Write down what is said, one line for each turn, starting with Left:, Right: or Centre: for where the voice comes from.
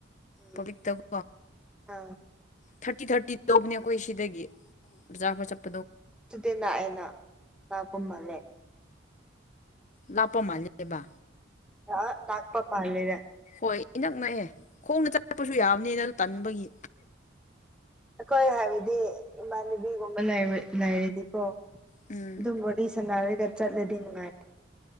Centre: ꯎꯝ
Left: ꯄꯕ꯭ꯂꯤꯛꯇꯀꯣ
Centre: ꯑꯥ
Left: ꯊꯥꯔꯇꯤ ꯊꯥꯔꯇꯤ ꯇꯧꯕꯅꯦ ꯑꯩꯈꯣꯏ ꯁꯤꯗꯒꯤ ꯄꯖꯥ ꯆꯠꯄ
Centre: ꯑꯗꯨꯗꯤ ꯂꯥꯛꯑꯦꯅ ꯂꯥꯛꯄ ꯃꯥꯜꯂꯦ
Left: ꯂꯥꯄꯝꯍꯜꯦꯕ
Centre: ꯑ ꯅꯥꯥꯛꯄꯃ ꯑꯜꯗ
Left: ꯍꯣꯏ ꯏꯅꯛ ꯅꯛꯑꯦ ꯈꯣꯡꯅ ꯆꯠꯛꯄꯁꯨ ꯌꯥꯕꯅꯤ ꯅꯪ ꯇꯟꯕꯒꯤ
Centre: ꯑꯩꯈꯣꯏ ꯍꯥꯏꯕꯗꯤ ꯏꯃꯥꯟꯅꯕꯤꯒꯨꯝꯕ ꯂꯩꯔꯗꯤꯀꯣ
Left: ꯎꯝ
Centre: ꯑꯗꯨꯝ ꯋꯥꯔꯤ ꯁꯥꯟꯅꯔꯒ ꯆꯠꯂꯗꯤ ꯅꯨꯡꯉꯥꯏ